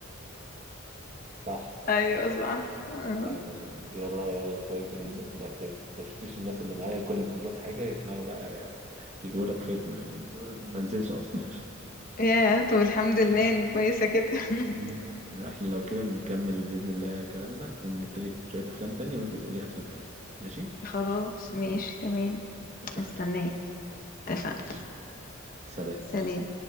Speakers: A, on the right (about 35°); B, on the left (about 45°).
A: <laughs> صح
B: ايوه صح آه.
A: لا لا دي والله يا كويسة جدا في الأفلام أنت شفتش الناس اللي معايا كل ما أقول لهم حاجة يطلعوا بقى يجيبوا لك فيلم آه، ما نزلش أصلا
B: يا طب الحمد
A: <laughs>
B: لله اني كويسه كده <laughs>
A: مم. لا، احنا لو كده نكمل بإذن الله كلامنا أكون جبت لك شوية أفلام تانية وأنت تقولي أفلام تانية ماشي
B: خلاص ماشي تمام
A: اتفقنا
B: هستناك اتفقنا
A: ماشي سلام
B: سلام